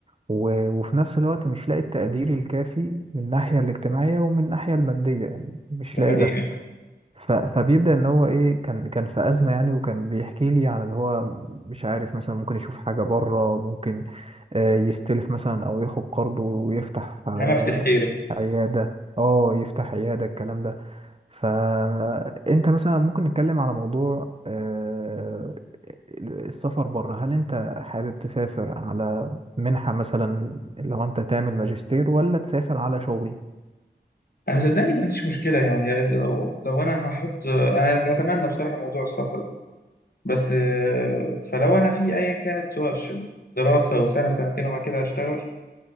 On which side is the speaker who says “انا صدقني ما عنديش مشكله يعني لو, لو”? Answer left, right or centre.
Left